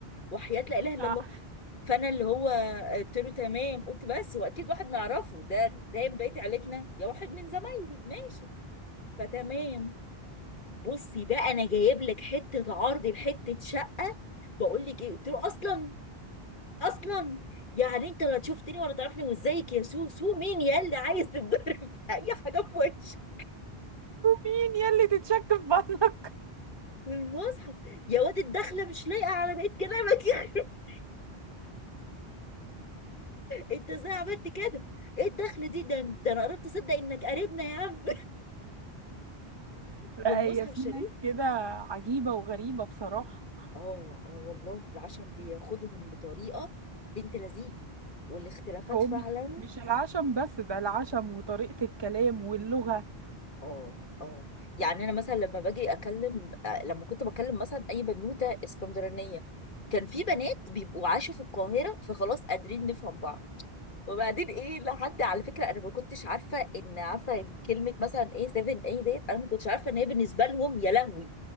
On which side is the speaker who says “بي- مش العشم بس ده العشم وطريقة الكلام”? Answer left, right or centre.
Right